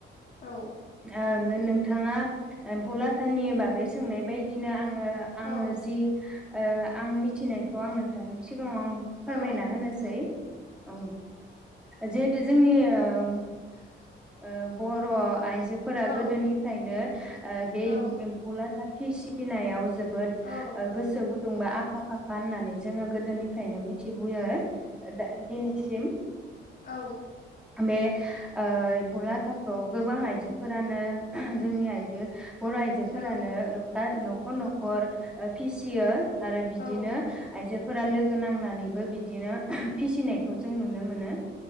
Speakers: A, on the left; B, in the centre.
A: औ
B: ओ नो नोंथाङा एमफौ लाथ थानि बागै सोंनाय बायदिनो आङो आङो
A: औ
B: जि ओ आं मिथिनायखौ आं नोंथांनि सिगाङाव आं फोरमायना
A: औ
B: होनोसै औ जि जोंनि ओ ओ
A: <inaudible>
B: ओ बर' आयजो जो फोरा
A: औ
B: गोदोनिफ्रायनो ओ बे एम
A: औ
B: एम्फौ लाथा फिसि फिनायाव जोब बोद
A: औ
B: ओ गोसो गुदुंबा आखा फाखा होननानै जोङो गोदोनि फ्रायनो मिथिबुयो दा दिनिसिम
A: औ।
B: बे ओ लाथाखौ गोबां आइजोफोरानो जोंनि आइजो बर' आइजोफोरानो
A: औ
B: ओ बा न खर ओ फिसियो आरो बिदिनो
A: औ
B: आइजो फोरा लोगो नांनानैबो बिदिनो फिसिनायखौ जों नुनो मोनो।